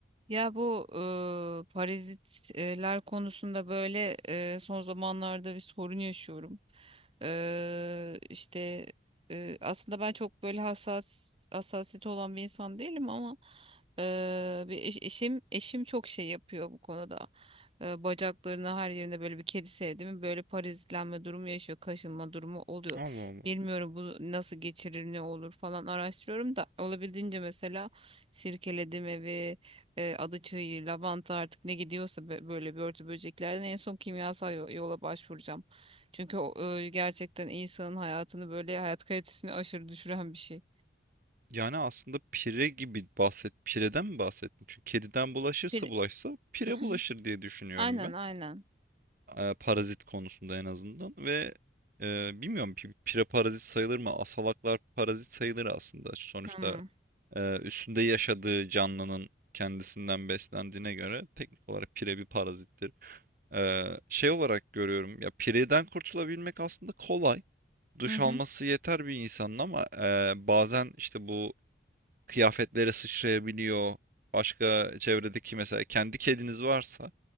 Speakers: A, on the right; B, on the right.
A: Ya bu e, parazitler konusunda böyle e, son zamanlarda bir sorun yaşıyorum. E, işte e, aslında ben çok böyle hassas hassasiyeti olan bir insan değilim ama e, bir eş- eşim eşim çok şey yapıyor bu konuda. E, bacaklarına her yerine böyle bir kedi sevdi mi böyle parazitlenme durumu yaşıyor, kaşınma durumu oluyor.
B: Allah Allah.
A: Bilmiyorum bu nasıl geçirir, ne olur falan araştırıyorum da olabildiğince mesela sirkeledim evi e, adaçayı, lavanta artık ne gidiyorsa bö- böyle börtü böceklerden en son kimyasal yo- yola başvuracağım. Çünkü o, e, gerçekten insanın hayatını böyle hayat kalitesini aşırı düşüren bir şey.
B: Yani aslında pire gibi bahset, pireden mi bahsettin? Çünkü kediden bulaşırsa
A: Bir...
B: bulaşsa pire
A: <laughs>
B: bulaşır diye düşünüyorum
A: Aynen
B: ben.
A: aynen.
B: Ee, parazit konusunda en azından ve e, bilmiyorum pi- pire parazit sayılır mı? Asalaklar parazit sayılır aslında. Sonuçta
A: Hmm.
B: e, üstünde yaşadığı canlının kendisinden beslendiğine göre teknik olarak pire bir parazittir. Ee, şey olarak görüyorum ya pireden kurtulabilmek aslında kolay. Duş
A: Hı hı.
B: alması yeter bir insanın ama e, bazen işte bu kıyafetlere sıçrayabiliyor. Başka çevredeki mesela kendi kediniz varsa